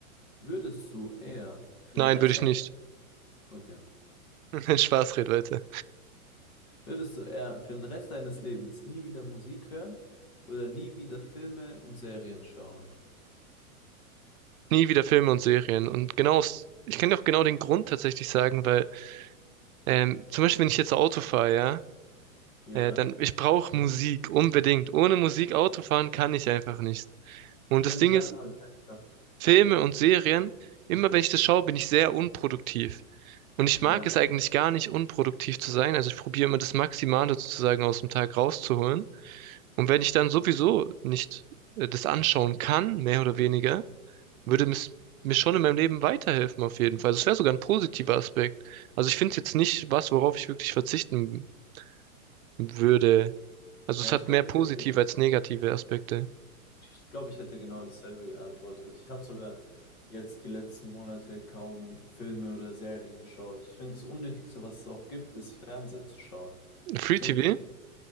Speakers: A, on the left (about 75°); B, on the right (about 75°).
A: Würdest du eher für
B: Nein,
A: den Rest
B: würde ich
A: deines...
B: nicht.
A: Okay.
B: <laughs> Spaß, red weiter.
A: Würdest du eher für den Rest deines Lebens nie wieder Musik hören oder nie wieder Filme und Serien schauen?
B: Nie wieder Filme und Serien. Und genau, aus- ich kann dir auch genau den Grund tatsächlich sagen, weil ähm, zum Beispiel, wenn ich jetzt Auto fahre, ja,
A: Ja,
B: äh, dann ich brauche Musik unbedingt. Ohne Musik Auto fahren kann ich einfach nicht. Und
A: stimmt,
B: das Ding
A: da
B: ist,
A: habe ich dran gedacht.
B: Filme und Serien, immer wenn ich das schaue, bin ich sehr unproduktiv. Und ich
A: Ja.
B: mag es eigentlich gar nicht, unproduktiv zu sein. Also ich probiere immer das Maximale sozusagen aus dem Tag rauszuholen. Und wenn ich dann sowieso nicht äh, das anschauen kann, mehr oder weniger,
A: Mhm.
B: würde es mir schon in meinem Leben weiterhelfen, auf jeden Fall. Das wäre sogar ein positiver Aspekt. Also ich finde es jetzt nicht was, worauf ich wirklich verzichten würde. Also
A: Ja,
B: es hat
A: ich glaube,
B: mehr positive
A: ich hätte,
B: als negative Aspekte.
A: ich glaube, ich hätte genau dasselbe geantwortet. Ich habe sogar jetzt die letzten Monate kaum Filme oder Serien geschaut. Ich finde, das Unnötigste, was es auch gibt, ist Fernseher zu schauen.
B: Free
A: Ich finde,
B: TV,